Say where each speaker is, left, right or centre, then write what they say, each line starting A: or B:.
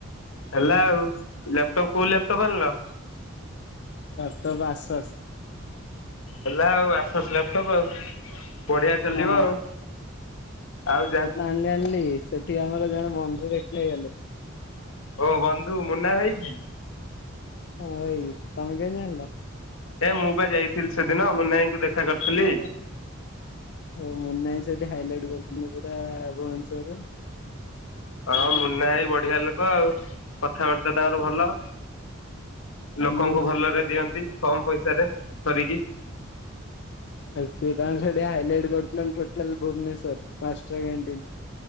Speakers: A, on the left; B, on the left.
A: ହେଲା ଆଉ ଲ୍ୟାପଟପ୍ କୋଉ ଲ୍ୟାପଟପ୍ ଆଣିଲ।
B: Laptop Asus.
A: ହେଲା ଆଉ ଆସସ୍ ଲାପଟପ୍ ଆଉ। ବଢିଆ ଚାଲିବ
B: ହଁ
A: ଆଉ ଆଉ ଯା
B: ଆଣଲି ଆଣଲି ସେଠି ଆମର ଜଣେ ବନ୍ଧୁ ଦେଖା ହେଇଗଲେ।
A: ଓ ବନ୍ଧୁ ମୁନା ଭାଇ କି?
B: ହଁ ଭାଇ ତମେ କେମିତି ଜାଣଲ।
A: ଏ ମୁଁ ବା ଯାଇଥିଲି ସେଦିନ ମୁନା ଆଇ ଙ୍କୁ ଦେଖା କରିଥିଲି।
B: ଓ ମୁନାଆଇ ସେଠି ହାଇଲାଇଟ କରିୁଥିଲେ ପୁରା ଭୁବନେଶ୍ଵର ରେ।
A: ହଁ ମୁନା ଆଇ ବଢିଆ ଲୋକ ଆଉ କଥାବାର୍ତ୍ତା ତାଙ୍କର ଭଲ। ଲୋକଙ୍କୁ
B: ହୁଁ।
A: ଭଲରେ ଦିଅନ୍ତି କମ ପଇସାରେ କରିକି।
B: ଆ ସେ ତାଙ୍କ ସେଠି ହାଇଲାଇଟ କରୁଚ ଟୋଟାଲ ଭୁବନେଶ୍ୱର ମାଷ୍ଟର କ୍ୟାଣ୍ଟିନ୍।